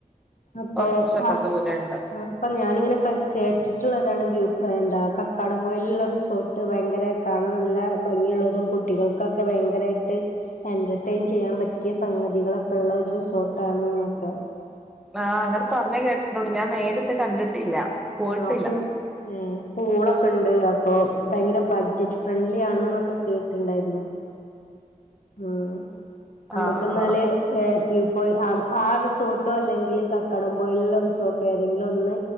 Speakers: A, on the left; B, in the centre.
A: അപ്പൊ
B: കൊറച്ചൊക്കെ
A: ആ
B: ദൂരണ്ട്
A: ആഹ് അപ്പൊ ഞാനിങ്ങനെ കൾ കേട്ടിട്ടുള്ളതാണ് വ്യൂ പോയിൻ്റാ കക്കാടം പോയിലുള്ള റിസോർ ട്ട് ഭയങ്കര കാണാൻ നല്ല ഭംഗിള്ളൊരു <unintelligible> ട്ടികൾക്കൊക്കെ ഭയങ്കരായിട്ട് എന്റർടൈൻ ചെയ്യാൻ പ റ്റ്യാ സംഗതികളൊക്കെള്ള ഒര് റിസോർട്ടാണ് ന്നൊക്കെ
B: ആഹ് അങ്ങനെ പർഞ്ഞേ കേട്ടിട്ടുണ്ട് ഞാൻ നേരിട്ട് കണ്ടിട്ടില്ല. പോയിട്ടില്ല
A: ആഹ് പ്പ് ഉം പൂളൊക്കെണ്ട് അപ്പൊ ഭയങ്കര ബഡ്ജറ്റ് ഫ്രണ്ട്ല്യാണ് ന്നൊക്കെ കേട്ട്ണ്ടായിര്ന്നു. ഉം അമ്മക്ക്ന്നാല്
B: ആഹ്
A: ആഹ് വ്യൂ പോയിന്റ് ആ റിസോർട്ടോ അല്ലെങ്കില് കക്കടം പോയില്ള്ള റിസോർട്ടോ ഏതെങ്കിലൊന്ന്